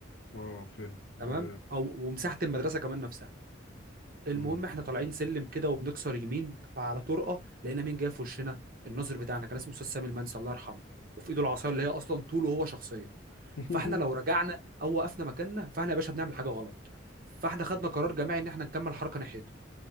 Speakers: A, on the left (about 80°); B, on the right (about 45°).
A: اه فاهم ده
B: تمام
A: ده
B: او ومساحه المدرسه كمان نفسها المهم
A: مم.
B: احنا طالعين سلم كده وبنكسر يمين فعلى طرقه لقينا مين جاي في وشنا الناظر بتاعنا كان اسمه استاذ سامي المنسي الله يرحمه وفي ايده العصايه اللي هي اصلا طوله هو شخصيا
A: <laughs>
B: فاحنا لو رجعنا او وقفنا مكاننا فاحنا يا باشا بنعمل حاجه غلط فاحنا خدنا قرار جماعي ان احنا نكمل حركه ناحيته